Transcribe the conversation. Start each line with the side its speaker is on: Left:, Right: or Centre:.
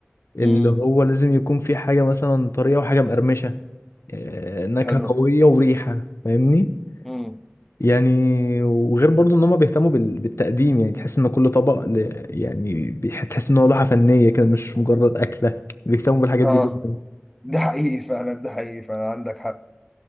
Left: اللي
Centre: امم
Left: هو لازم يكون في حاجة مثلا طرية وحاجة مقرمشة آه، نكهة
Centre: حلو
Left: قوية وريحة فاهمني
Centre: امم
Left: يعني وغير برضو إن هما بيهتموا بال- بالتقديم يعني تحس إن كل طبق ل- يعني بيح- تحس إن هو لوحة فنية كده مش مجرد أكلة بيهتموا بالحاجات
Centre: اه
Left: دي جدا
Centre: ده حقيقي فعلا ده حقيقي فعلا عندك حق